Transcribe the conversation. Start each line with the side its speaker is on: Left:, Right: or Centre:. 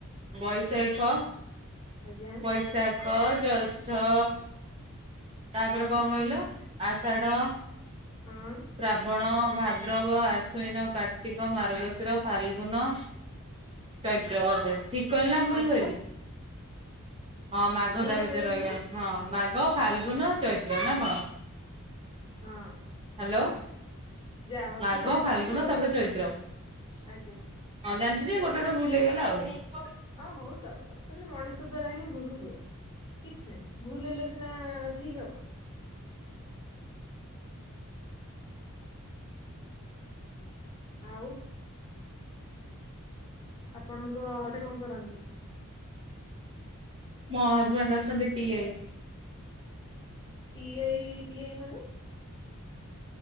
Right: ବୈଶାଖ
Left: ଆଜ୍ଞା।
Right: ବିଶାଖ ଜୈଷ୍ଠ ତାପରେ
Left: ହଁ
Right: କଣ କହିଲ ଆଷାଢ
Left: ହଁ
Right: ଶ୍ରାବଣ, ଭାଦ୍ରବ, ଆଶ୍ୱିନ, କାର୍ତ୍ତିକ, ମାର୍ଗଶିର, ଫାଲଗୁନ ଚୈତ୍ର ବୋଧେ ଠିକ କହିଲି ନା ଭୁଲ
Left: ମାଘ
Right: କହିଲି? ହଁ ମାଘ ତା
Left: ଟା
Right: ଭିତରେ
Left: କହିଲେନି
Right: ରହିଗଲା ହଁ ମାଘ, ଫାଲଗୁନ, ଚୈତ୍ର ନା କଣ?
Left: ହଁ
Right: ହାଲୋ
Left: ଯାହା ହଉ
Right: ମାଘ,
Left: ତାହେଲେ ଜାଣିଛନ୍ତି
Right: ଫାଲଗୁନ
Left: ଆଉ
Right: ତାପରେ ଚୈତ୍ର। ହଁ
Left: ଆଜ୍ଞା
Right: ଜାଣିଛି ଯେ ଗୋଟେ ଗୋଟେ ଭୁଲ ହେଇଗଲା ଆଉ।
Left: ଅଁ ହଉ ଚଳିବ ସେମିତି ମଣିଷ ଦ୍ଵାରା ହିଁ ଭୁଲ ହୁଏ କିଛି ନାହିଁ। ଭୁଲ ହେଲେ ସିନା ଠିକ ହବ। ଆଉ। ଆପଣଙ୍କ ଅଡେ କଣ କରନ୍ତି?
Right: ମୋ ହଜବେଣ୍ଡ ଅଛନ୍ତି T I.
Left: T I T I ମାନେ?